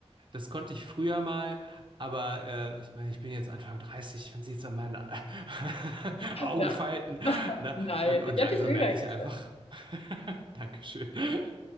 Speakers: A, on the right; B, on the left.
A: das konnte ich früher mal, aber äh, ich meine, ich bin jetzt Anfang 30, man sieht es an meinen <laughs> Augenfalten,
B: Ja,
A: ne?
B: nein,
A: Und, und
B: ich hätte
A: langsam
B: dich jünger
A: merke
B: geschätzt.
A: ich einfach, <laughs> Dankeschön. <laughs>